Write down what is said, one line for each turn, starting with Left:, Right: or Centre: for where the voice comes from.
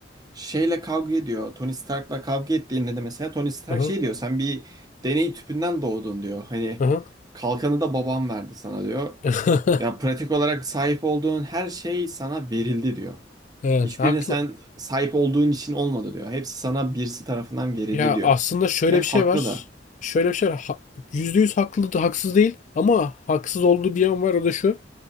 Right: şeyle kavga ediyor. Tony Stark'la kavga ettiğinde de mesela Tony Stark
Left: Aha,
Right: şey diyor. Sen bir deney tüpünden doğdun diyor. Hani
Left: aha.
Right: kalkanı da babam verdi sana diyor.
Left: <laughs>
Right: Ya pratik olarak sahip olduğun her şey sana verildi diyor.
Left: Evet
Right: Hiçbirine
Left: haklı.
Right: sen sahip olduğun için olmadı diyor. Hepsi sana birisi tarafından verildi
Left: Ya
Right: diyor.
Left: aslında şöyle
Right: Ve
Left: bir
Right: haklı
Left: şey var.
Right: da.
Left: Şöyle bir şey var. Ha, %100 haklı, da- haksız değil ama haksız olduğu bir yan var o da şu.